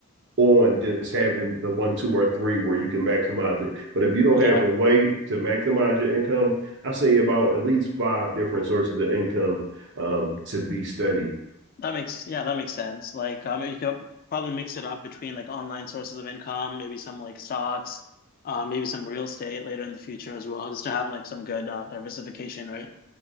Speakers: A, on the right (about 55°); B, on the left (about 40°).
A: on just having the one, two, or three where you can maximize it. But if you don't
B: Yeah.
A: have a way to maximize your income, I say about at least five different sources of income um, to be studied
B: That makes yeah, that makes sense. Like um you could probably mix it up between like online sources of income, maybe some like stocks, uh maybe some real estate later in the future as well, just to have like some good uh, diversification, right?